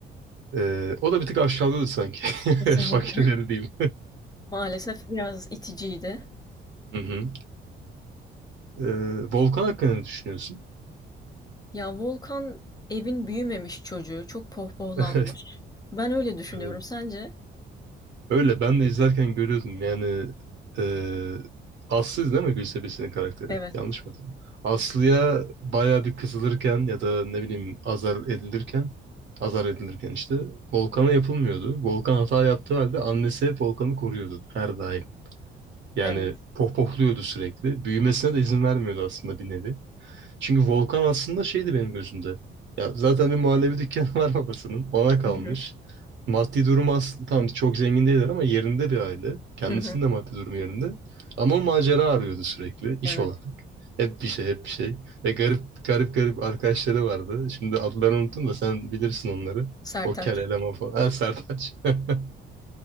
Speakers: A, on the right (about 65°); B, on the left (about 20°).
A: e, o da bir tık aşağılıyordu sanki <laughs>
B: Kesinlikle.
A: fakirleri diyeyim.
B: <laughs> Maalesef biraz iticiydi.
A: Hı hı. <laughs> E, Volkan hakkında ne düşünüyorsun?
B: Ya Volkan evin büyümemiş çocuğu, çok pohpohlanmış.
A: <laughs> Evet,
B: Ben öyle düşünüyorum.
A: evet.
B: Sence?
A: Öyle ben de izlerken görüyordum yani e, Aslı değil mi Gülse Birsel'in karakteri?
B: Evet,
A: Yanlış mı hatırlıyorum? Aslı'ya bayağı bir kızılırken ya da ne bileyim azar edilirken azar edilirken işte Volkan'a yapılmıyordu. Volkan hata yaptığı halde annesi hep Volkan'ı koruyordu her daim. Yani
B: evet.
A: pohpohluyordu sürekli. Büyümesine de izin vermiyordu aslında bir nevi. Çünkü Volkan aslında şeydi benim gözümde. Ya zaten bir muhallebi dükkanı <laughs> var babasının. Ona kalmış.
B: Hı hı,
A: Maddi durumu aslında tam çok zengin değiller ama yerinde bir aile. Kendisinin
B: hı hı,
A: de maddi durumu yerinde. Ama o macera arıyordu sürekli iş
B: Evet.
A: olarak. Hep bir şey, hep bir şey. Ve garip garip garip arkadaşları vardı. Şimdi adlarını unuttum da sen bilirsin onları.
B: Sertaç.
A: O kel eleman falan. Ha, Sertaç. <laughs>